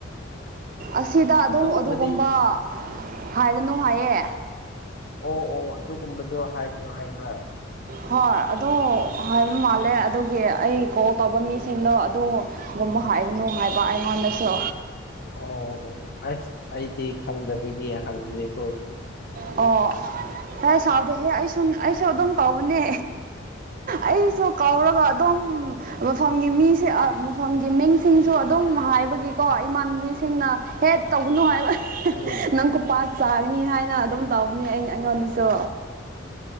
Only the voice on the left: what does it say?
ꯑꯗꯨꯒꯨꯝꯕꯗꯤ
ꯑꯣ ꯑꯣ ꯑꯗꯨꯒꯨꯝꯕꯗꯣ ꯍꯥꯏꯒꯅꯨ ꯍꯥꯏꯕ꯭ꯔꯥ
ꯎꯝ
ꯑꯣ ꯑꯣ ꯑꯁ ꯑꯩꯗꯤ ꯈꯪꯗꯕꯒꯤ ꯍꯪꯕꯅꯤꯀꯣ
ꯎꯝ